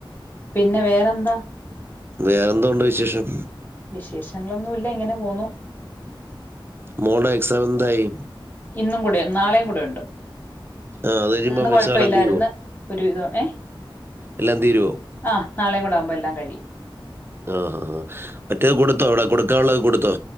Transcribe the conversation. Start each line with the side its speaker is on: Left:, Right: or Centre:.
Left: പിന്നെ വേറെന്താ
Right: വേറെന്തോണ്ട് വിശേഷം
Left: വിശേഷങ്ങളൊന്നുമില്ല ഇങ്ങനെപോന്നു
Right: മോൾഡാ എക്സാം എന്തായി
Left: ഇന്നും കൂടെ നാളെയും കൂടെ ഉണ്ട്
Right: ആ അത് കഴിയുമ്പം
Left: ഇന്ന് കൊഴപ്പമല്ലായിരുന്ന്
Right: എക്സാം എല്ലാം തീരുവോ
Left: ഒരു വിധം ഏ
Right: എല്ലാം തീരുവോ
Left: ആഹ് നാളെയും കൂടെ ആകുമ്പോ എല്ലാം കഴിയും
Right: ആഹ ആ ആ മറ്റേത് കൊടുത്തോ അവിടെ കൊടുക്കാനുള്ളത് കൊടുത്തോ